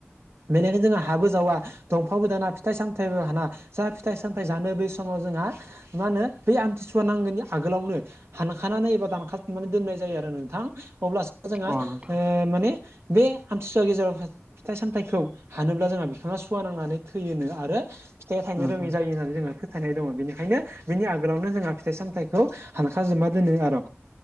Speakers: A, on the right; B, on the right.
A: बेनिखायनो जोंहा हाबो जावा दंफांबो दाना फिथाइ सामथाइबो हाना जा फिथाइ सामथाइ जानो बै समाव जोंहा मा होनो बे आमथिसुवा नांगोननि आगोलावनो हानखानानै एबा दानखाजुबनानै दोननाय जायो आरो नोंथां अब्लासो जोंहा
B: अ नोंथां
A: ओ माने बे आमथिसुवा गेजेराव फिथाइ सामथाइखौ हानो ब्ला जोंहा बिफाङा सुवा नांनानै थैयोनो आरो फिथाइया थायनो
B: उम
A: रोङै
B: उम
A: जायो होननानै जोङो फोथायनाय दङ' बेनिखायनो बिनि आगोलावनो जोंहा फिथाइ सामथाइखौ हानखाजोबा दोनो आर'